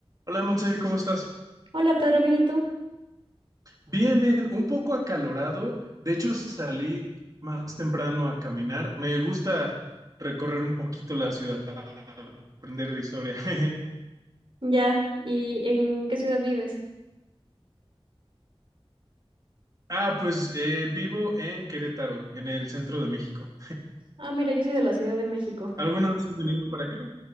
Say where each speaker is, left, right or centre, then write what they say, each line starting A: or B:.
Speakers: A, on the right; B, on the right.
A: Hola Monse, ¿cómo estás?
B: Hola Pedro, ¿bien y tú?
A: Bien, bien, un poco acalorado. De hecho, salí más temprano a caminar. Me gusta recorrer un poquito la ciudad, aprender de historia. <laughs>
B: Ya, ¿y en qué ciudad vives?
A: Ah, pues eh, vivo en Querétaro, en el centro de México.
B: Ah, mira, yo soy de la Ciudad de México.
A: ¿Alguna vez has venido para acá?